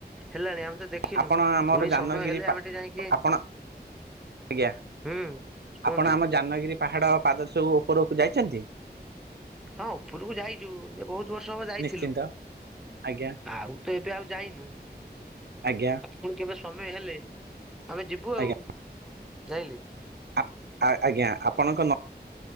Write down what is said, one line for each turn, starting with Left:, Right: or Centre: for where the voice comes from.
Centre: ହେଲାଣି ଆମେ ତ ଦେଖ ଖିନୁ
Right: ଆପଣ ଆମର
Centre: ପୁଣି
Right: ଜାହ୍ନଗିରି
Centre: ସମୟ ହେଲେ ଆମେ ଟିକେ ଯାଇକି
Right: ଆପଣ ଆଜ୍ଞା
Centre: ହୁଁ କୁହନ୍ତୁ।
Right: ଆପଣ ଆମ ଯାନଗିରି ପାହାଡ଼ ପାଦ ଦେଶକୁ ଉପରକୁ ଯାଇଚନ୍ତି।
Centre: ହଁ ଉପରକୁ ଯାଇଚୁ ଯେ ବହୁତ ବର୍ଷ ହବ ଯାଇଥିଲୁ।
Right: ନିଶ୍ଚିନ୍ତ ଆଜ୍ଞା
Centre: ଆଉ ତ ଏବେ ଆଉ ଯାଇନୁ।
Right: ଆଜ୍ଞା
Centre: ପୁଣି କେବେ ସମୟ ହେଲେ ଆମେ ଯିବୁ
Right: ଆଜ୍ଞା
Centre: ଆଉ ଜାଣିଲେ।
Right: ଆ ଅ ଆଜ୍ଞା ଆପଣଙ୍କ ନ